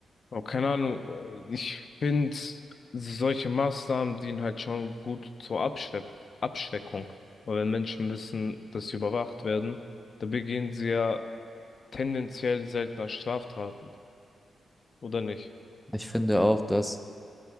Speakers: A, on the left (about 50°); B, in the centre.
A: Aber keine Ahnung, äh, ich finde, solche Maßnahmen dienen halt schon gut zur Abschwe Abschreckung. Weil wenn Menschen wissen, dass sie überwacht werden, dann begehen sie ja tendenziell seltener Straftaten, oder nicht?
B: Ich finde auch, dass